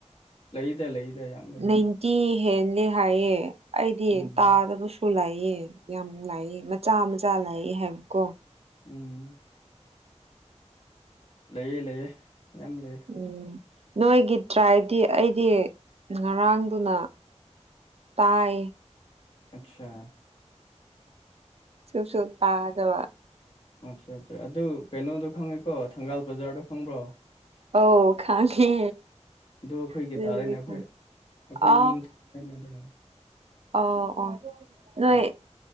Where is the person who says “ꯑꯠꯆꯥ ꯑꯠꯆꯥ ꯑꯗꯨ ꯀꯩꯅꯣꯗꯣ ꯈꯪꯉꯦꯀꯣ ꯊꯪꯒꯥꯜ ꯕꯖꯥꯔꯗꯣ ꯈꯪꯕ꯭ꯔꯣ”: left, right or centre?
Left